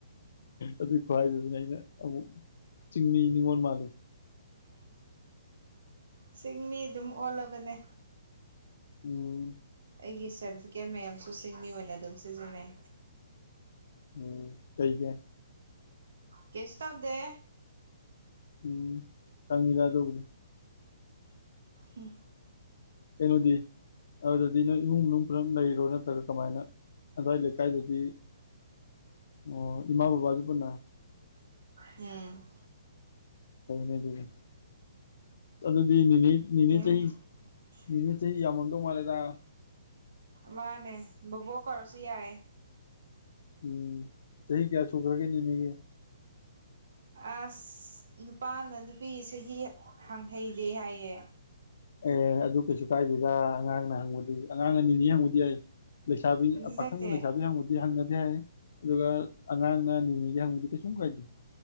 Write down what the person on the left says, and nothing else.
ꯑꯗꯨꯏ ꯈꯨꯍꯥꯏꯗꯨꯗꯅꯦ ꯑꯩꯅ ꯑꯃꯨꯛ ꯃꯨꯛ ꯆꯤꯡꯃꯤ ꯅꯤꯉꯣꯟ ꯃꯥꯂꯦ
ꯎꯝ
ꯎꯝ ꯀꯩꯒꯤ
ꯎꯝ ꯈꯪꯉꯤꯗ ꯑꯗꯨꯕꯨꯗꯤ
ꯀꯩꯅꯣꯗꯤ ꯑꯗꯨꯗꯗꯤ ꯅꯣꯏ ꯏꯃꯨꯡ ꯃꯅꯨꯡ ꯄꯨꯂꯞ ꯂꯩꯔꯣ ꯅꯠꯇ꯭ꯔꯒ ꯀꯃꯥꯏꯅ ꯑꯗꯨ꯭ꯋꯥꯏ ꯂꯩꯀꯥꯏꯗꯗꯤ ꯑꯣ ꯏꯃꯥ ꯕꯕꯥꯁꯨ ꯄꯨꯟꯅ
ꯐꯩꯅꯦ ꯑꯗꯨꯅꯤ ꯑꯗꯨꯗꯤꯅꯤꯅꯤ ꯅꯤꯅꯦ ꯆꯍꯤ
ꯅꯤꯅꯦ ꯆꯍꯤ ꯌꯥꯝꯃꯝꯗꯧ ꯃꯥꯜꯂꯦꯗ
ꯎꯝ ꯆꯍꯤ ꯆꯍꯤ ꯀꯌꯥꯁꯨꯨꯒ꯭ꯔꯒꯦ ꯅꯤꯅꯦꯒꯤ
ꯑꯦ ꯑꯗꯨ ꯀꯩꯁꯨ ꯀꯥꯏꯗꯦꯗ ꯑꯉꯥꯡꯅ ꯍꯪꯉꯨꯗꯤ ꯑꯉꯥꯡ ꯑꯅꯤꯅꯤ ꯍꯪꯉꯨꯗꯤ ꯌꯥ ꯂꯩꯁꯥꯕꯤ
ꯑꯥ ꯄꯥꯈꯪꯅ ꯂꯩꯁꯥꯕꯤ ꯍꯪꯕꯗꯤ ꯍꯪꯅꯗꯦ ꯍꯥꯏ ꯑꯗꯨꯒ ꯑꯉꯥꯡꯅ <unintelligible> ꯀꯩꯁꯨꯝ ꯀꯥꯏꯗꯦ